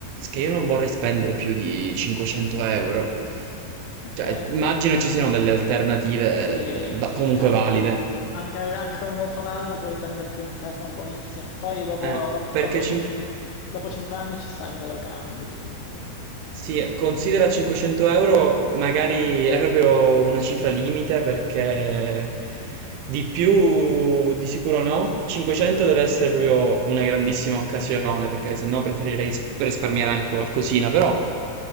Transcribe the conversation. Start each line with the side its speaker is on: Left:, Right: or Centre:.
Right: che io non vorrei spendere più di 500 euro?
Left: Ok,
Right: Cioè, immagino ci siano delle alternative
Left: sì,
Right: eh, va-
Left: sì,
Right: comunque
Left: eh,
Right: valide.
Left: anche, anche con molto meno puoi prenderti un telefono buonissimo. Poi dopo,
Right: Eh,
Left: dopo,
Right: perché
Left: dopo cin- dopo 5 anni ci sta che lo cambi, secondo me.
Right: Sì, considera 500 euro, magari è proprio una cifra limite perché di più di sicuro no. 500 deve essere proprio una grandissima occasione perché se no preferirei s- risparmiare anche qualcosina, però